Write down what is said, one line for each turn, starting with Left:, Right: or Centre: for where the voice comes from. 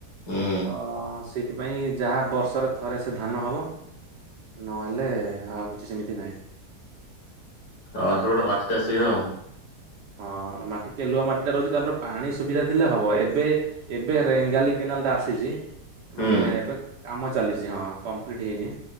Left: ହୁଁ
Right: ତ ସେଇଥିପାଇଁ ଯାହା ବର୍ଷରେ ଥରେ ସେ ଧାନ ହବ। ନହେଲେ ଆଉ କିଛି ସେମିତି ନାହିଁ।
Left: ହଁ ସେପଟେ ମାଟିଟା ସେଆ ଆଉ।
Right: ହଁ ମାଟି କେଲୁଆ ମାଟି ଟା ରହୁଛି ତାପରେ ପାଣି ସୁବିଧା ଥିଲେ ହବ ଏବେ ଏବେ ରେଙ୍ଗାଲି କେନାଲ ଟା ଆସିଛି।
Left: ହୁଁ।
Right: ମାନେ ଏବେ କାମ ଚାଲିଛି ହଁ କଂପ୍ଲିଟ୍ ହେଇନି